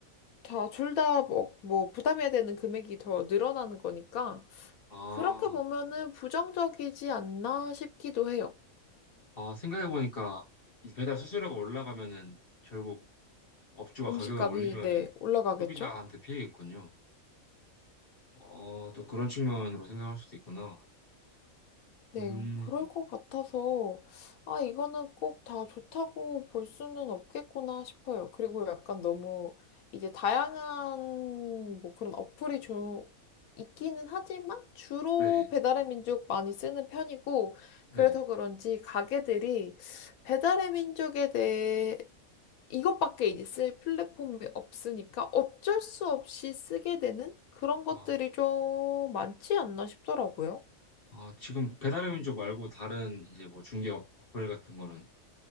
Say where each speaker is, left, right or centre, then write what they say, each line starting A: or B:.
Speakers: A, on the left; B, on the left.
A: 다, 둘 다, 뭐, 뭐, 부담해야 되는 금액이 더 늘어나는 거니까,
B: 아,
A: 그렇게 보면은 부정적이지 않나 싶기도 해요.
B: 아, 생각해보니까 이 배달 수수료가 올라가면은 결국 업주가
A: 음식값이,
B: 가격을 올리면은
A: 네, 올라가겠죠?
B: 소비자한테 피해겠군요. 어, 또 그런 측면으로 생각할 수도 있구나.
A: 네,
B: 음,
A: 그럴 것 같아서, 아, 이거는 꼭 다 좋다고 볼 수는 없겠구나 싶어요. 그리고 약간 너무 이제 다양한 뭐 그런 어플이 좀 있기는 하지만 주로
B: 네,
A: 배달의 민족 많이 쓰는 편이고,
B: 네.
A: 그래서 그런지 가게들이 배달의 민족에 대해 이것밖에 이제 쓸 플랫폼이 없으니까 어쩔 수 없이 쓰게 되는 그런 것들이
B: 아,
A: 좀 많지 않나 싶더라고요.
B: 아, 지금 배달의 민족 말고 다른 이제 뭐 중개 업- 어플 같은 거는